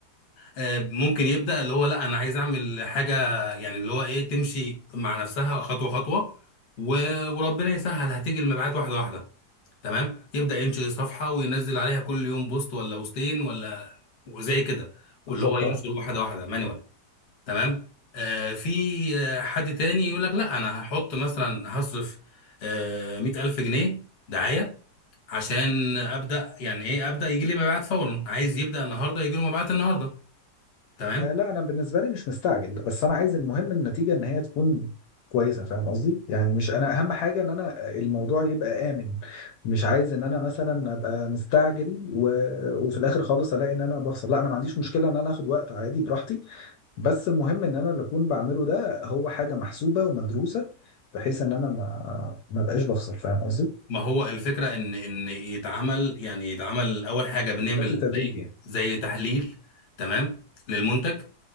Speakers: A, on the left; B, on the left.
A: آه، ممكن يبدأ اللي هو لا انا عايز اعمل حاجة يعني اللي هو ايه تمشي مع نفسها خطوة خطوة و- وربنا يسهل هتيجي المبيعات واحدة واحدة تمام يبدأ ينشئ صفحة وينزل عليها كل يوم بوست ولا بوستين ولا وزي كده واللي
B: بالظبط
A: هو ينشر واحدة واحدة مانوال تمام آه في آه، حد تاني يقول لك لا انا هحط مثلا هصرف آه 100000 جنيه دعاية عشان ابدا يعني ايه ابدا يجي لي مبيعات فورا عايز يبدا النهارده يجي له مبيعات النهارده تمام
B: آه لا انا بالنسبه لي مش مستعجل بس انا عايز المهم النتيجه ان هي تكون كويسه فاهم قصدي يعني مش انا اهم حاجه ان انا الموضوع يبقى امن مش عايز ان انا مثلا ابقى مستعجل و... وفي الاخر خالص الاقي ان انا بخسر لا انا ما عنديش مشكله ان انا اخد وقت عادي براحتي بس المهم ان انا اللي اكون بعمله ده هو حاجه محسوبه ومدروسه بحيث ان انا ما ما بقاش بخسر فاهم قصدي
A: ما هو الفكرة إن إن يتعمل يعني يتعمل أول حاجة بنعمل
B: بشكل تدريجي
A: زي
B: يعني
A: زي تحليل تمام للمنتج